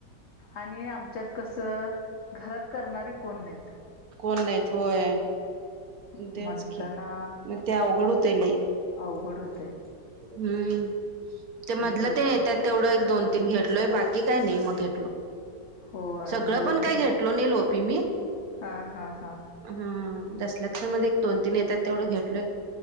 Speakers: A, on the left (about 60°); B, on the right (about 65°).
A: आणि आमच्यात कसं घरात करणारी कोण नाहीत
B: कोण नाहीत होय
A: म्हणताना
B: तेच की मग ते अवघडूतले
A: अवघड होते
B: हम्म ते मधलं
A: केलं
B: ते येतात तेवढं एक दोन तीन घेतलोय बाकी काही नाही मग घेतलो
A: होय
B: सगळं
A: होत
B: पण काही घेतलो नाही लोपी मी
A: हा हा हा
B: हम दस ल तर मध्ये एक दोन तीन येतात तेवढं घेटलोय